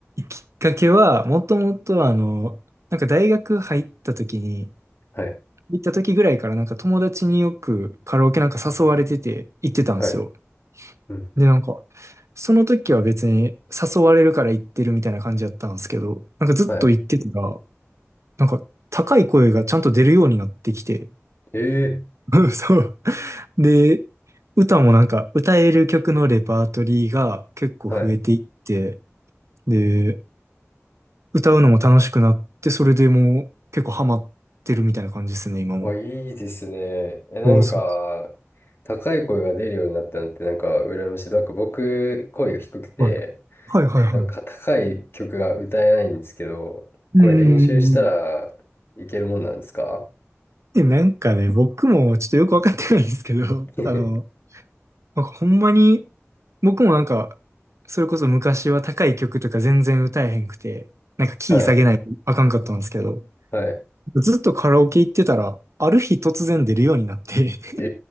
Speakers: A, on the right; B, on the left.
A: きっかけは、もともとあの、なんか大学入った時に、
B: はい。
A: 行った時ぐらいからなんか友達によくカラオケなんか誘われてて行ってたんですよ。
B: はい。うん。
A: で、なんか、その時は別に誘われるから行ってるみたいな感じだったんですけど、なんかずっと行ってたら、
B: はい。
A: なんか高い声がちゃんと出るようになってきて、
B: えー、
A: <laughs> そう。で、歌もなんか歌える曲のレパートリーが結構増えていって、
B: はい。
A: で、歌うのも楽しくなって、それでもう結構ハマってるみたいな感じですね、今も。
B: あ、いいですね。え、なんか、
A: そうそう
B: 高い声が出るようになったのって、なんか、羨ましい。なんか、僕、声が低くて、
A: そう。はいはいはいは
B: なんか、高い曲が歌えないんですけど、
A: い。
B: これ練習したらいけるもんなんですか
A: うんうんうんうん。で、なんかね、僕もちょっとよくわかってないんですけど、
B: <laughs>
A: <laughs> あの、なんかほんまに、僕もなんか、それこそ昔は高い曲とか全然歌えへんくて、なんかキー下げないとあかんかったんですけど、
B: はい。はい。
A: ずっとカラオケ行ってたら、ある日突然出るようになって
B: え